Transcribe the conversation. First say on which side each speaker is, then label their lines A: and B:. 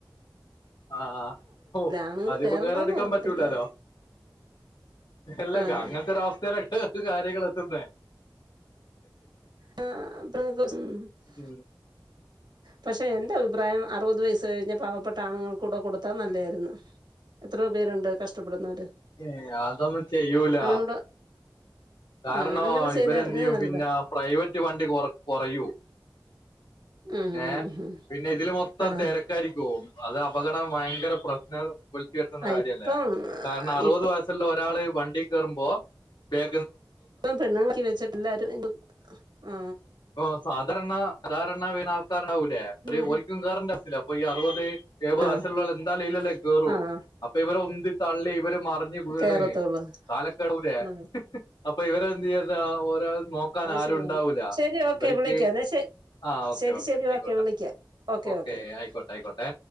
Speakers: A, on the left; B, on the right.
A: ആ ഹൊ
B: ആണുങ്ങൾ
A: അതിപ്പോ
B: കേറണ്ടാന്ന്
A: കേറാരിക്കാൻ
B: പറഞ്ഞിട്ടില്ല
A: പറ്റൂലാലോ. എല്ലാം
B: ആഹ്
A: അങ്ങനത്തെ ഒരവസ്ഥയിലോണ്ട് കാര്യങ്ങളൊത്തു ന്നേ.
B: ആ ആ. <unintelligible>
A: ഉം
B: പക്ഷെ എന്റെ അഭിപ്രായം അറുപത് വയസ്സ് കഴിഞ്ഞ പാവപ്പെട്ട ആണുങ്ങൾക്ക് കൂടെ കൊടുത്താൽ നല്ലയാരുന്നു. എത്രയോ പേരുണ്ട് കഷ്ടപ്പെടുന്നവര്.
A: ഏ അതൊന്നും ചെയ്യൂല.
B: അങ്ങനെയുള്ള
A: കാരണോ
B: ആഹ് അങ്ങനെ ചെയ്തായിരുന്നേ
A: ഇവരെന്ത് ചെയ്യും
B: നല്ലതാ
A: പിന്നെ പ്രൈവറ്റ് വണ്ടി കൊറ കൊറയൂ
B: ഉം ഉം
A: ഏ
B: ഉം ഉം
A: പിന്നെ ഇതില് മൊത്തം
B: ആഹ്
A: തിരക്കാരിക്കുവോ അത് അപകടം ഭയങ്കര പ്രശ്നം വിളിച്ചു വരുത്തുന്ന കാര്യ
B: ഇപ്പം
A: അല്ലേ കാരണം അറുപത്
B: ഇ
A: വയസുള്ള ഒ ഒരാള് വണ്ടീ കേറുമ്പോ ഏ
B: പ്പം പെണ്ണ് ആക്കി വെച്ചിട്ടില്ലാരും ആ
A: ഓ സാധരണ സാധാരണ വീണ ആൾക്കാരാവൂലേ അത്
B: ഉം
A: ഓരിക്കും കേറന്റെ സ്ഥിരം അപ്പൊ ഈ അറുപത് വയസുള്ള
B: ആഹ്
A: ആള് എന്താലും ഇലല്ലേ കേറൂ
B: ആഹ്
A: അപ്പൊ ഇവര് ഉന്തി തള്ളി ഇവര് മറിഞ്ഞ് വീണ്
B: കേറത്തുള്ളൂ
A: താലക്കടു ലെ
B: ഉം
A: അപ്പൊ ഇവര് എന്ത്യ താ ഒരാ നോക്കാൻ
B: അത്
A: ആരുണ്ടാവൂല
B: ശരിയാണ് ശരി ഓക്കെ
A: ഇവർക്ക്
B: വിളിക്കാം എന്നാ ശ
A: ആ ഓക്കെ
B: ശരി
A: ഓക്കെ
B: ശരി
A: ആയിക്കോട്ടെ
B: വിളിക്കാം ഓക്കെ
A: ഓക്കേ
B: ഓക്കെ ഓക്കെ
A: ആയിക്കോട്ടെ ആയിക്കോട്ടെ